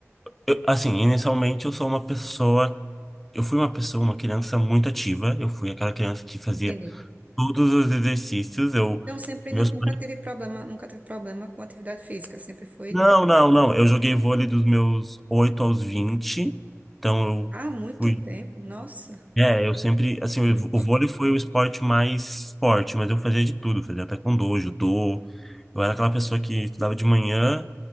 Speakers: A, in the centre; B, on the right (about 30°).
A: eu- assim, inicialmente eu sou uma pessoa, eu fui uma pessoa, uma criança muito ativa. Eu fui aquela criança que fazia
B: Entendi.
A: todos os exercícios. Eu,
B: Então, sempre
A: meus
B: nu- nunca
A: pais,
B: teve problema, nunca teve problema com atividade física, sempre foi
A: não,
B: de boa.
A: não, não. Eu joguei vôlei dos meus 8 aos vinte Então eu
B: Há muito
A: fui.
B: tempo, nossa,
A: É, eu sempre,
B: muito
A: assim, o
B: gente.
A: o vôlei foi o esporte mais forte, mas eu fazia de tudo, fazia taekwondo, judô. Eu era aquela pessoa que estudava de manhã